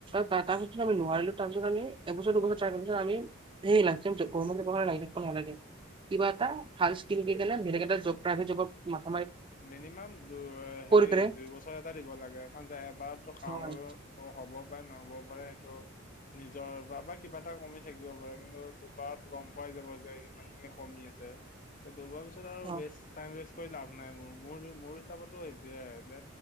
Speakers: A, on the right; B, on the left.
A: ত তাৰপিছত আমি নোৱাৰিলো। তাৰপিছত আমি এবছৰ দুবছৰ ট্ৰাই কৰাৰ পিছত আমি সে লাইফটাইম গৱৰ্ণমেণ্ট জবৰ কাৰণে লাগি থাকিব নালাগে। কিবা এটা ভাল
B: উম
A: স্ম কেলে বেলেগ এটা জব প্ৰাইভেট জবত ম
B: মিনিমাম দু হেৰি
A: পেলাই
B: দুই বছৰ এটা দিব লাগে কাৰণ এবাৰতো কামৰ
A: হয়
B: হ'ব পাৰে নহ'ব পাৰে সেইটো। নিজৰ বা কিবা এটা কমি থাকিব পাৰে কিন্তু দুবাৰত গম পাই যাব যে ইমান খিনি কমি আছে। চে, ত বজোৱাৰ পিছতে
A: অ
B: বেছ টাইম ৱেছ কৰি লা <unintelligible> নাই মোৰ মোৰ মোৰ হিচাপতো এইয়ে যে